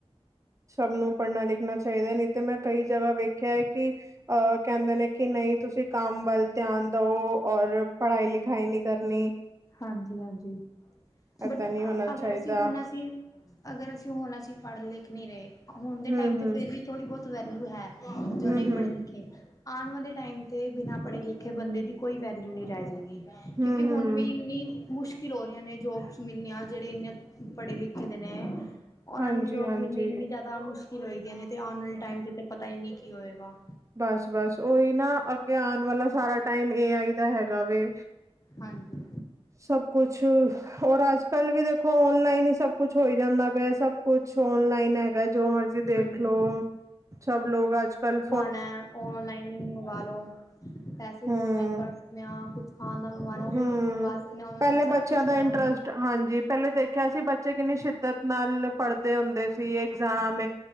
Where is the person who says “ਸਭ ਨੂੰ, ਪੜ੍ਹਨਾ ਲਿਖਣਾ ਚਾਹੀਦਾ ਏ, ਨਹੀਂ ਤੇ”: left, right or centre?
Right